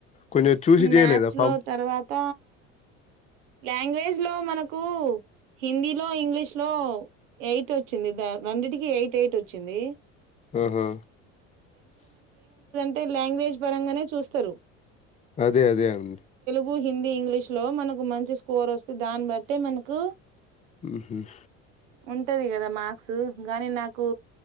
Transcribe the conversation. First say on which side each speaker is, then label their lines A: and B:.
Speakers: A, on the left; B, on the right.
A: కొంచెం చూసి చేయలేదా
B: మ్యాథ్స్
A: ఫామ్
B: లో తర్వాత లాంగ్వేజ్ లో మనకూ హిందీ లో ఇంగ్లీష్ లో ఎయిట్ వచ్చింది రెండిటికి ఎయిట్ ఎయిట్ వచ్చింది
A: మ్ హా
B: అంటే లాంగ్వేజ్ పరంగానే చూస్తారు
A: అదే అదే అండి
B: కు హిందీ ఇంగ్లీష్ లో మనకు మంచి స్కోర్ వస్తె దాన్ని బట్టె మనకు
A: మ్ హుమ్
B: ఉంటది కదా మార్క్స్ గాని నాకు